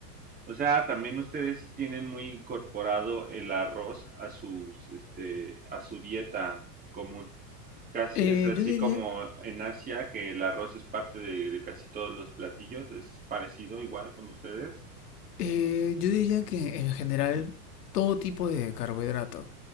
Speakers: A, on the right; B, on the left.
A: O sea, también ustedes tienen muy incorporado el arroz a sus, este, a su dieta común. Casi,
B: Eh,
A: es así
B: yo diría,
A: como en Asia, que el arroz es parte de, de casi todos los platillos. ¿Es parecido igual con ustedes?
B: eh, yo diría que en general todo tipo de carbohidrato.